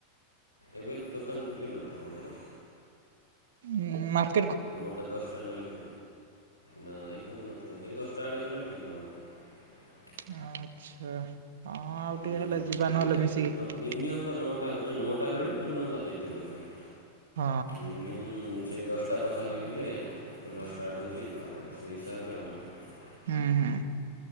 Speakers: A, on the left; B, on the right.
A: ଏବେ ଦୁକାନ ଖୁଲି ନତି ବଜରେ
B: ହୁଁ।
A: ନଅଟା ଦଶଟା ନଳିକ ନା ଏଇ ଖେଲ ନଥିବ ସେଇ ଦଶଟା ଆଡେ ଗଲେ ଠିକ ହବ।
B: ଆଚ୍ଛା। ହଁ ଆଉ
A: ହୁଁ
B: ଟିକେ ହେଲେ ଯିବା
A: ଏବେ
B: ନହେଲେ ମିଶିକି
A: ମିନିମମ୍ ତ ନଅଟା ହଉଛି ନା ନଅଟା ଟା ବ ଖୁନଥାଉ ଯେ ଏତେ ଦୋକାନ।
B: ହଁ।
A: ମିନିମମ୍ <unintelligible>
B: ହୁଁ ହୁଁ